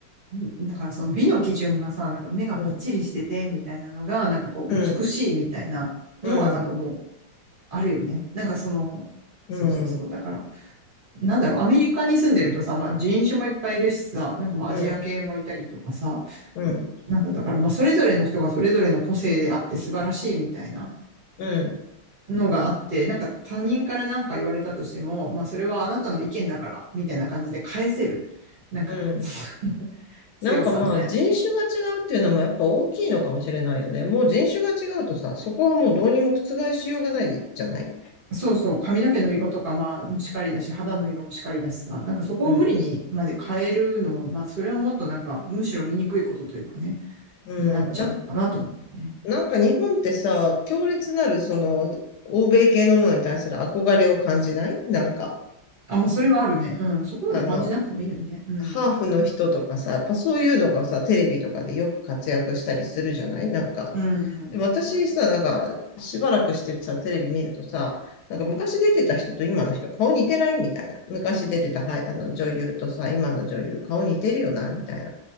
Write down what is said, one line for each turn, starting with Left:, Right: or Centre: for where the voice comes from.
Right: う、んだからその美の基準がさ、なんか目がパッチリしてて、
Left: うん、
Right: みたいなのが、なんかこう、
Left: うん、
Right: 美しいみたいなのはなんかもう、
Left: うん、
Right: あるよね。なんかその、
Left: うん、
Right: そうそうそう。だから、なんだろう、アメリカに住んでるとさ、まあ人種もいっぱいいるしさ、なんかまあアジア系もいたりとかさ、
Left: うん、うん、
Right: なんかだからまあそれぞれの人がそれぞれの個性であって素晴らしいみたいな
Left: うん。
Right: のがあって、なんか他人からなんか言われたとしても、まあそれはあなたの意見だから、みたいな感じで返せる。なんか
Left: うん。
Right: <laughs> 強さみたいな。
Left: なんかまあ人種が違うっていうのもやっぱ大きいのかもしれないよね。もう人種が違うとさ、そこはもうどうにも覆しようがないじゃない
Right: そうそう、髪の毛の色とか、まあ、もしかりだし、肌の色もしかりだしさ、なんかそこを無理にまで変えるのは、
Left: うん。
Right: まあ、それはもっとなんか、むしろ見にくいことというかね、
Left: うん。
Right: になっちゃうのかなと思うよね。
Left: な、なんか日本ってさ、強烈なるその欧米系のものに対する憧れを感じないなんか、
Right: あ、まあ、それはあるね。うん。そこまで感じなくてもいいのにね。
Left: あの、
Right: うん。
Left: ハーフの人とかさ、やっぱそういうのがさ、テレビとかでよく活躍したりするじゃないなんか
Right: うん、
Left: でも私さ、なんか、しばらくしてさ、テレビ見るとさ、なんか昔出てた人と今の人、顔似てないみたいな。昔出てた、はい、あの女優とさ、今の女優、顔似てるよな、みたいな